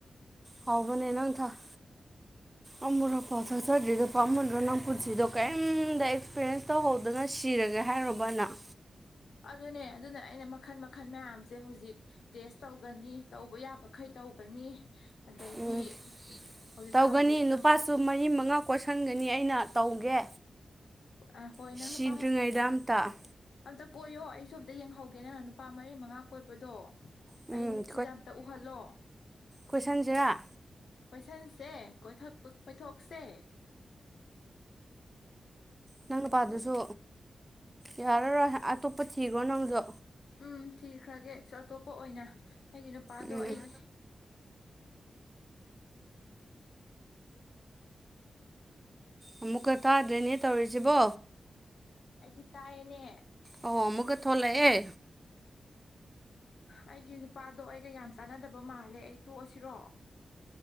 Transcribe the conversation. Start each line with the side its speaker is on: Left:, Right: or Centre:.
Right: ꯍꯥꯎꯕꯅꯦ ꯅꯪ ꯊꯥꯛ ꯑꯃꯨꯔꯛꯐꯥꯎ ꯆꯠꯆꯥꯗꯔꯤꯗꯣ ꯄꯥꯝꯃꯨꯗ꯭ꯔꯣ ꯅꯄꯨꯟꯁꯤꯗꯣ ꯀꯩꯝꯗ ꯑꯦꯛꯁꯄꯤꯔꯤꯌꯦꯟꯁ ꯇꯧ ꯍꯧꯗ ꯉꯥꯏ ꯁꯤꯔꯒꯦ ꯍꯥꯏꯔꯨꯕ ꯅꯪ
Left: ꯑꯗꯨꯅꯦ ꯑꯗꯨꯅ ꯑꯩꯅ ꯃꯈꯜ ꯃꯈꯜ ꯃꯌꯥꯝꯁꯦ ꯍꯧꯖꯤꯛ ꯇꯦꯁ ꯇꯧꯒꯅꯤ ꯇꯧꯕ ꯌꯥꯕꯈꯩ ꯇꯧꯒꯅꯤ ꯑꯗꯩꯗꯤ
Right: ꯎꯝ
Left: ꯍꯧꯖꯤꯛ
Right: ꯇꯧꯒꯅꯤ
Left: ꯇꯧꯔꯤ
Right: ꯅꯨꯄꯥꯁꯨ ꯃꯔꯤ ꯃꯉꯥ ꯀꯣꯏꯁꯟꯒꯅꯤ ꯑꯩꯅ ꯇꯧꯒꯦ
Left: ꯑ ꯍꯣꯏ
Right: ꯁꯤꯗ꯭ꯔꯤꯉꯩꯗ
Left: ꯅꯪ ꯅꯨꯄꯥ ꯑꯃ
Right: ꯑꯝꯇ
Left: ꯑꯝꯇ ꯀꯣꯏꯌꯣ ꯑꯩꯁꯨ ꯑꯝꯇ ꯌꯦꯡꯍꯧꯒꯦ ꯅꯪꯅ ꯅꯨꯄꯥ ꯃꯔꯤ ꯃꯉꯥ ꯀꯣꯏꯕꯗꯣ
Right: ꯎꯝ
Left: ꯑꯩ ꯃꯤꯠꯁꯤꯗ ꯑꯝꯇ ꯎꯍꯜꯂꯣ
Right: ꯀꯣꯏꯁꯟꯁꯦꯔ
Left: ꯀꯣꯏꯁꯟꯁꯦ ꯀꯣꯏꯊꯥꯛ ꯀꯣꯏꯊꯣꯛꯁꯦ
Right: ꯅꯪ ꯅꯨꯄꯥꯗꯨꯁꯨ ꯌꯥꯔꯔꯣꯏ ꯑꯇꯣꯞꯄ ꯊꯤꯈ꯭ꯔꯣ ꯅꯪꯁꯨ
Left: ꯎꯝ ꯊꯤꯈ꯭ꯔꯥꯒꯦꯁꯨ ꯑꯇꯣꯞꯄ ꯑꯣꯏꯅ ꯑꯩꯒꯤ ꯅꯨꯄꯥꯗꯣ
Right: ꯎꯝ
Left: ꯑꯩ
Right: ꯑꯃꯨꯛꯀ ꯇꯥꯗ꯭ꯔꯦꯅꯦ ꯇꯧꯔꯤꯁꯤꯕꯣ
Left: ꯑꯩꯗꯤ ꯇꯥꯏꯌꯦꯅꯦ
Right: ꯑꯣ ꯑꯃꯨꯛꯀ ꯊꯣꯛꯂꯛꯑꯦ
Left: ꯑꯩꯒꯤ ꯅꯨꯄꯥꯗꯣ ꯑꯩꯒ ꯌꯥꯝ ꯆꯥꯟꯅꯗꯕ ꯃꯥꯜꯂꯦ ꯑꯩ ꯇꯣꯛꯑꯁꯤꯔꯣ